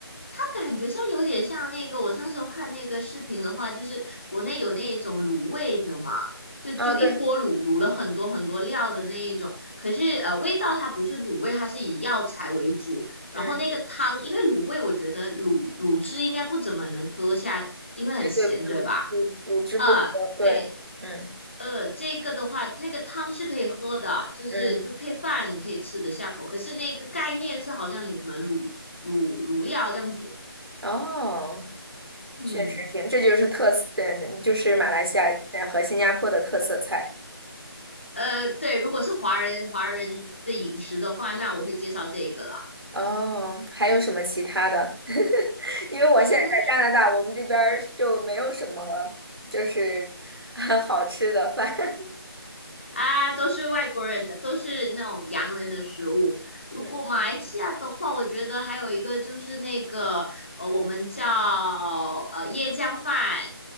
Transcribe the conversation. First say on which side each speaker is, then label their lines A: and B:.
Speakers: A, on the left; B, on the right.
A: 它感觉上有点像那个我那时候看那个视频的话，就是国内有那种卤味的嘛，就就一锅卤卤了很多很多料的那一种，
B: 啊，对，
A: 可是呃味道它不是卤味，它是以药材为主，然后那个汤，
B: 嗯，
A: 因为卤味我觉得卤卤汁应该不怎么能喝下，因为很咸，
B: 对对，卤卤卤汁不合，
A: 对吧？啊，
B: 对，
A: 对，
B: 嗯
A: 呃，这个的话，那个汤是可以喝的，就是就配饭可以吃得下口。
B: 嗯，
A: 可是那个概念是好像你们卤卤卤料这样子，
B: 哦，
A: 嗯，
B: 确实挺，这就是特色，对，就是马来西亚呃和新加坡的特色菜。
A: 呃，对，如果是华人华人的饮食的话，那我会介绍这个啦。
B: 哦，还有什么其他的？<laughs> 因为我现在在加拿大，
A: 嗯。
B: 我们这边儿就没有什么就是 <laughs> 好吃的饭。<laughs>
A: 啊，都是外国人的，都是那种洋人的食物。如果马来西亚的话，
B: 嗯
A: 我觉得还有一个就是那个呃，我们叫呃椰浆饭，